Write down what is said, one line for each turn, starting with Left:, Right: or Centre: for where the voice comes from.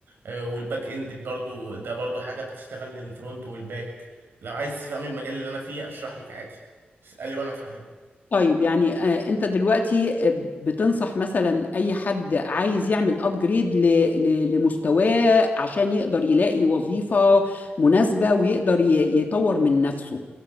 Right: والباك اند برضو ده برضو حاجه بتشتغل للفرونت والباك لو عايز تفهم المجال اللي انا فيه اشرح لك عادي اسالي وانا افهمك
Left: طيب يعني آه، انت دلوقتي آه، بتنصح مثلا اي حد عايز يعمل ابجريد لمستواه عشان يقدر يلاقي وظيفة مناسبة ويقدر ي- يطور من نفسه